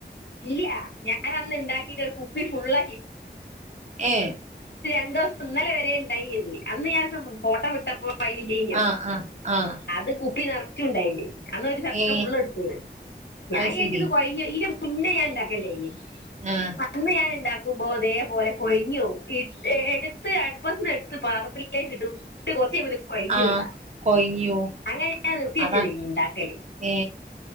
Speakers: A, on the left; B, on the right.
A: ഇല്ല ഞാ ഞാനന്ന് ഇണ്ടാക്കിട്ട് ഒരു കുപ്പി ഫുള്ളാക്ക്
B: ഏ
A: രണ്ടുസം ഇന്നലെ വരെെയണ്ടായിരുന്നു അന്ന് ഞാൻ ഫോട്ടോ വിട്ടപ്പോൾ പ്പയ്ലില്ലേയ്നോ
B: ആഹ് ആഹ് ആഹ്
A: അത് കുപ്പി നേർ ച്ചു ണ്ടായ്ല് അന്ന് ഒരു ചക്ക
B: ഏ
A: ഫുള്ള് എടുത്തീന്ന് ഞാൻ
B: അത്
A: ജാരിച്ത്
B: ശരി
A: കൊഴഞ്ഞ് ഇരു കുഞ്ഞ ഞാൻന്താകല്ലേയ്ന്
B: ആഹ്
A: അന്ന് ഞാൻ എണ്ടാക്ക ക്കുമ്പോ അതേപോലെ കൊഴിഞ്ഞ് പോകും എടുത്ത് അടുപ്പന്ന് എടുത്ത് പാത്രത്തിലേക്ക് ഇടും ഇട്ട് കൊറച്ചേയ്മ്പോക്ക് കൊയ്ഞ്ഞു
B: ആഹ്
A: പോവാ
B: കൊഴിഞ്ഞു
A: അങ്ങനെ ഞാൻ നിർത്തി വെച്ചതേയ്നീ
B: അതാ
A: ന്താക്കല്
B: ഏ